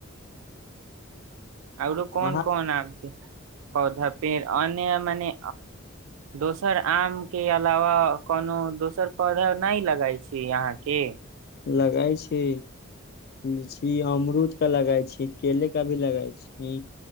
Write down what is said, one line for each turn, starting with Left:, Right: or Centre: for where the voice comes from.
Right: आरो कोन
Left: अहाँ
Right: कोन आम कें पौधा पेड़ अन्य मने दोसर आम के अलावा कोनो दोसर पौधा नहि लगाई छी यहा के
Left: लगाई छी लीची अमरूद का लगई छी केले का भी लगाई छी